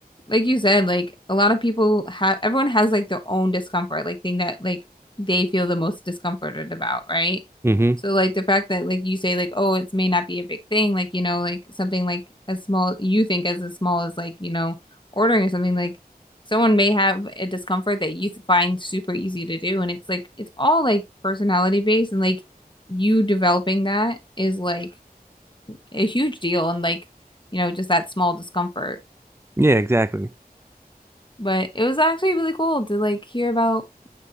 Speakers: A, on the left; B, on the right.
A: like you said, like a lot of people have, everyone has like their own discomfort, like thing that like they feel the most discomforted about, right?
B: hmm
A: So like the fact that like you say like, oh, it may not be a big thing, like you know, like something like as small you think as as small as like you know ordering or something like someone may have a discomfort that you find super easy to do, and it's like it's all like personality based, and like you developing that is like a huge deal and like, you know, just that small discomfort.
B: Yeah, exactly.
A: But it was actually really cool to like hear about